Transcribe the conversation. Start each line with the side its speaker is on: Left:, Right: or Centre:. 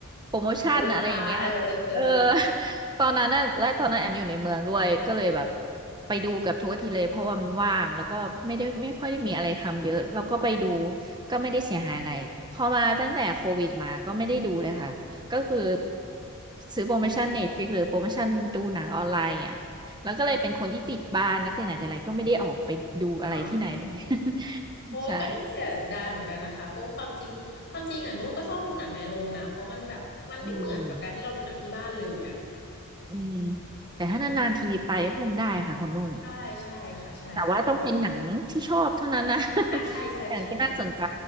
Right: โปรโมชั่นอะไรอย่างเงี้ย
Left: มูลค่าเออเออเออ
Right: เออตอนนั้นน่ะและตอนนั้นแอมอยู่ในเมืองด้วยก็เลยแบบไปดูกับทุกอาทิตย์เลยเพราะว่ามันว่างแล้วก็ไม่ได้ไม่ค่อยได้มีอะไรทำเยอะแล้วก็ไปดูก็ไม่ได้เสียหายอะไรพอมาตั้งแต่โควิดมาก็ไม่ได้ดูเลยค่ะก็คือซื้อโปรโมชั่น Netflix หรือโปรโมชั่นดูหนังออนไลน์อ่ะ แล้วก็เลยเป็นคนที่ติดบ้านตั้งแต่ไหนแต่ไรก็ไม่ได้ออกไปดูอะไรที่ไหนเลย
Left: อ๋อ
Right: <laughs>
Left: โอ้ยก็น่าเสียดายเหมือนกันนะคะเพราะความจริงความจริงอ่ะนุ่นก็ชอบดูหนังในโรงนะเพราะมันแบบมันไม่เหมือนกับการที่เราดูหนังที่บ้านเลยอ่ะ
Right: ใช่อืมอืมแต่ถ้านานๆทีไปก็คงได้ค่ะคุณนุ่น
Left: อืมใช่ใช่ค่ะใช่แต่ว่า
Right: แต่ว่าต้องเป็นหนังที่ชอบเท่านั้นนะ
Left: อ่ะใช่ใช่ใช่ใช่
Right: <laughs> หนังที่น่าสนใจ